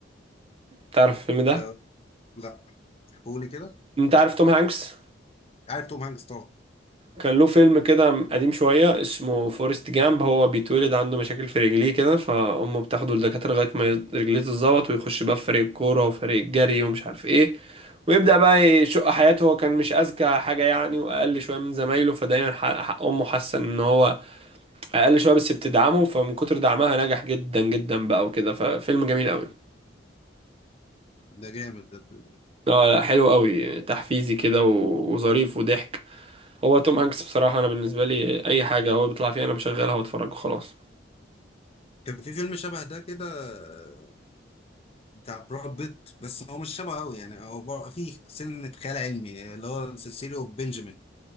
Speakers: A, on the right; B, on the left.
A: تعرف الفيلم
B: انت
A: ده
B: لا قولي كده
A: انت عارف توم هانكس
B: عارف توم هانكس طبعا
A: كان له فيلم كده قديم شوية اسمه فورست جامب هو بيتولد عنده مشاكل في رجليه كده فأمه بتاخده للدكاترة لغاية ما ي- رجليه تتظبط ويخش بقى في فريق الكورة وفريق الجري ومش عارف ايه ويبدأ بقى يشق حياته هو كان مش أذكى حاجة يعني وأقل شوية من زمايله فدايما حق حق أمه حاسة إن هو أقل شوية بس بتدعمه فمن كتر دعمها نجح جدا جدا بقى وكده ففيلم جميل قوي
B: ده جامد ده الفيلم ده.
A: اه لا حلو قوي تحفيزي كده و- وظريف وضحك هو توم هانكس بصراحة أنا بالنسبة لي أي حاجة هو بيطلع فيها أنا بشغلها وأتفرج وخلاص
B: كان في فيلم شبه ده كده آه، بتاع براد بيت بس هو مش شبه قوي يعني هو بر- فيه سنة خيال علمي اللي هو سيسيليو بنجامين